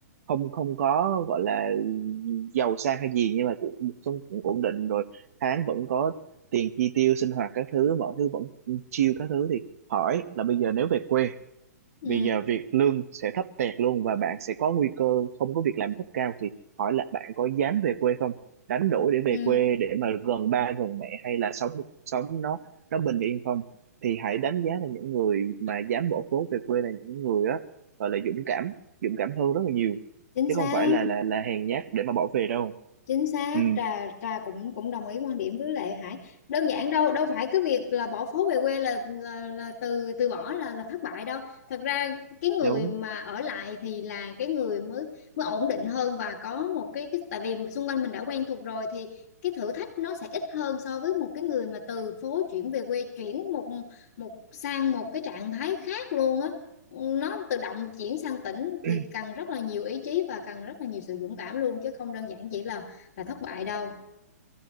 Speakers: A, on the right; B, on the left.
A: không không có gọi là giàu sang hay gì nhưng mà cũng một cuộc sống cũng ổn định rồi tháng vẫn có tiền chi tiêu sinh hoạt các thứ mọi thứ vẫn chill các thứ thì hỏi là bây giờ nếu về quê
B: Ừ.
A: bây giờ việc lương sẽ thấp tẹt luôn và bạn sẽ có nguy cơ không có việc làm rất cao thì hỏi là bạn có dám về quê không đánh đổi để về
B: Ừ.
A: quê để mà gần ba gần mẹ hay là sống sống nó nó bình yên không thì hãy đánh giá là những người mà dám bỏ phố về quê là những người đó gọi là dũng cảm dũng cảm hơn rất là nhiều
B: Chính
A: chứ
B: xác.
A: không phải là là là hèn nhát để mà bỏ về đâu
B: chính xác
A: ừ
B: trà trà cũng cũng đồng ý quan điểm với Lệ Hải đơn giản đâu đâu phải cái việc là bỏ phố về quê là là, là từ từ bỏ là là thất bại đâu thật ra cái người
A: đúng
B: mà ở lại thì là cái người mới mới ổn định hơn và có một cái, cái tại vì xung quanh mình đã quen thuộc rồi thì cái thử thách nó sẽ ít hơn so với một cái người mà từ phố chuyển về quê chuyển một một sang một cái trạng thái khác luôn á nó tự động chuyển sang tỉnh
A: ừ.
B: thì cần rất là nhiều ý chí và cần rất là nhiều sự dũng cảm luôn chứ không đơn giản chỉ là là thất bại đâu